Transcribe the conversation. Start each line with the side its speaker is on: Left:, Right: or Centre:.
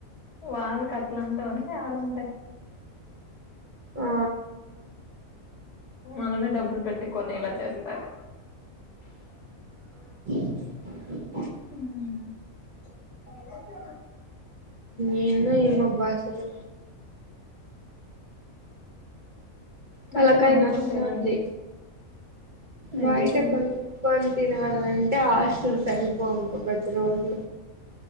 Left: వాళ్ళ కట్ల అంతా అంతే ఆడుంటాయి
Right: ఆ
Left: మనమే డబ్బులు పెట్టి కొనేలా చేస్తారు
Right: ఆ
Left: హ
Right: ఏందో ఏమో బాసలు తలకాయ
Left: బయట కొనుక్కో
Right: నొస్తాంది
Left: తినండి
Right: బయట
Left: ఎందుకు
Right: కొనుకొని తినాలంటే ఆస్తులు సరిపోవు ప్రతి రోజు